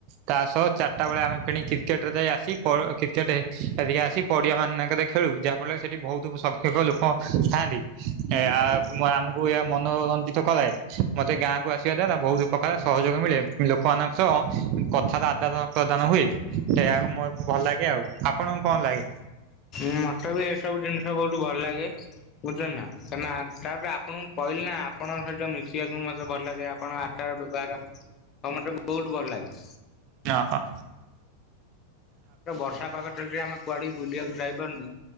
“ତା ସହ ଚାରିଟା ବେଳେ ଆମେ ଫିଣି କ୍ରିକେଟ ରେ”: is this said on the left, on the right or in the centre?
Right